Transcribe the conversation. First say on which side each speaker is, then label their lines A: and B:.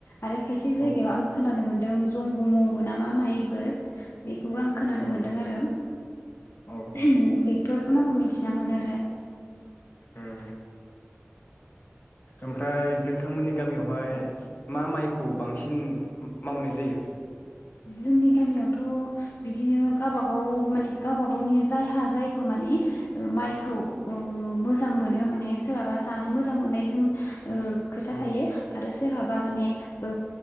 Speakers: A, on the left; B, on the left.
A: आरो खायसे जायगायाव
B: औ
A: आं खोनानो मोन्दों जंग' मंगु ना मा माइबो <inaudible> बेखौबो आं खोनानो
B: औ
A: मोनदों आरो।
B: औ
A: जों बेफोर मिथिना मोनोरे
B: उम ओमफ्राय नोंथांमोननि गामियावहाय
A: औ
B: मा माइखौ बांसिन मावनाय जायो?
A: जोंनि गामियावथ' बिदिनो गावबागाव माने गावब गावनि जायहा जायखौ माने माइखौ ओ मोजां मोनो माने सोरहाबा जानो मोजां मोननायजों ओ खोथा
B: औ
A: थायो। आरो सोरहाबा माने ओ